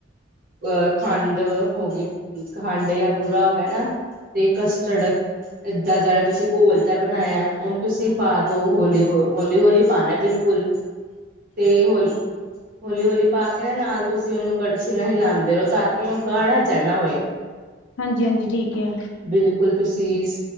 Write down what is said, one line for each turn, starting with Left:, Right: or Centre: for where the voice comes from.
Right: ਅਹ ਖੰ ਹੋ ਗਈ ਖੰਡ ਯਾ ਬੂਰਾ ਹੋ ਗਿਆ ਨਾ ਤੇ ਕਸਟਰਡ ਏਦਾਂ ਜਿਹੜਾ ਤੁਸੀਂ ਘੋਲ ਜਿਹਾ ਬਨਾਇਆ ਉਹਨੂੰ ਤੁਸੀਂ ਪਾ ਦੋ ਹੋਲੀ-ਹੋ ਹੋਲੀ ਹੌਲੀ ਪਾਨਾ ਬਿਲੁ ਕੁਲ ਤੇ ਹੋਲ ਹੋਲੀ-ਹੋਲੀ ਪਾ ਕੇ ਨਾ ਨਾਲ ਤੁਸੀਂ ਉਹਨੂੰ ਕੜਛੀ ਨਾਲ ਹਿਲਾਂਦੇ ੳ ਤਾਂ ਕਿ ਉਹ ਗਾੜਾ ਜਿਆ ਨਾ ਹੋਏ।
Left: ਹਾਂਜੀ-ਹਾਂਜੀ ਠੀਕ ਹੈ।
Right: ਬਿਲਕੁਲ ਤੁਸੀਂ